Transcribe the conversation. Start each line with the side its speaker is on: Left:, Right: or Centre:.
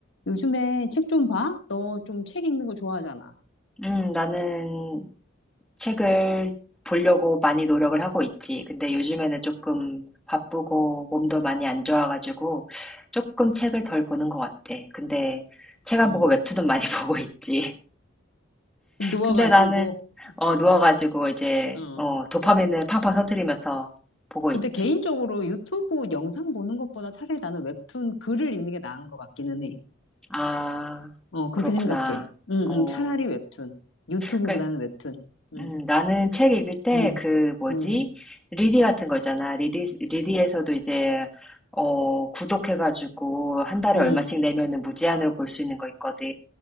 Left: 요즘에 책 좀 봐? 너 좀 책 읽는 거 좋아하잖아.
Centre: 음, 나는 책을 보려고 많이 노력을 하고 있지. 근데 요즘에는 조금 바쁘고 몸도 많이 안 좋아가지고 조금 책을 덜 보는 것 같아. 근데 책 안
Left: 응,
Centre: 보고 웹툰은 많이 <laughs> 보고 있지.
Left: 누워가지고.
Centre: 근데 나는 어, 누워가지고
Left: 응.
Centre: 이제
Left: 어.
Centre: 어, 도파민을 팡팡 터뜨리면서 보고
Left: 근데
Centre: 있지.
Left: 개인적으로 유튜브 영상 보는 것보다 차라리 나는 웹툰 글을 읽는 게 나은 것 같기는 해.
Centre: 아,
Left: 어, 그렇게
Centre: 그렇구나.
Left: 생각해. 응,
Centre: 어,
Left: 응, 차라리 웹툰. 유튜브보다는
Centre: 그래.
Left: 웹툰. 응,
Centre: 음, 나는 책 읽을 때
Left: 응,
Centre: 그 뭐지?
Left: 응,
Centre: 리디 같은 거 있잖아. 리디, 리디에서도 이제, 어, 구독해가지고 한 달에
Left: 응,
Centre: 얼마씩 내면은 무제한으로 볼 수 있는 거 있거든.